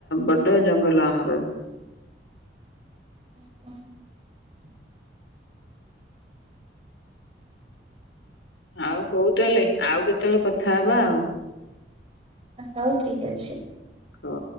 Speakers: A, on the left (about 85°); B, on the right (about 35°).
A: ବଡ ଜଙ୍ଗଲ ଆମର
B: <inaudible>
A: ଆଉ ହଉ ତାହେଲେ ଆଉ କେତେବେଳେ କଥା ହବା ଆଉ
B: ହଉ ଠିକ ଅଛି।
A: ହଉ।